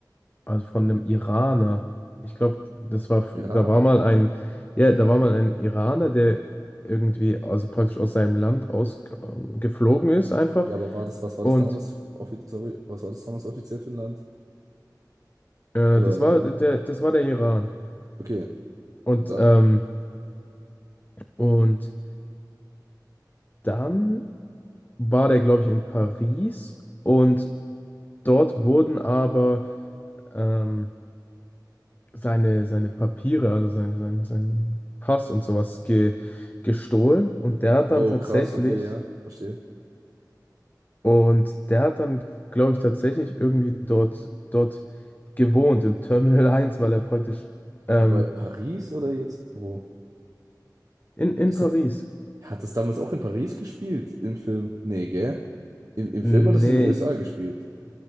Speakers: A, on the left; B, on the right.
A: also von einem Iraner. Ich glaube, das war, da
B: Iran.
A: war mal ein, ja, da war mal ein Iraner, der irgendwie, also praktisch aus seinem Land ausgeflogen ist einfach.
B: Ja, aber war das, was war
A: Und
B: das damals, offi- sorry, was war das damals offiziell für ein Land?
A: Äh,
B: Oder,
A: das war der, das war der Iran.
B: okay,
A: Und,
B: und dann?
A: ähm, und dann war der, glaube ich, in Paris und dort wurden aber ähm, seine, seine Papiere, also sein, sein, sein Pass und sowas ge, gestohlen. Und der hat
B: Oh,
A: dann tatsächlich,
B: krass, okay, ja, verstehe.
A: und der hat dann, glaube ich, tatsächlich irgendwie dort, dort gewohnt, im Terminal <laughs> eins weil er praktisch ähm,
B: Aber Paris oder jetzt wo?
A: in, in
B: Ist
A: Paris.
B: das, hat das damals auch in Paris gespielt im Film? Nee, gell? Im, im
A: Nee,
B: Film hat es in den USA
A: ich,
B: gespielt.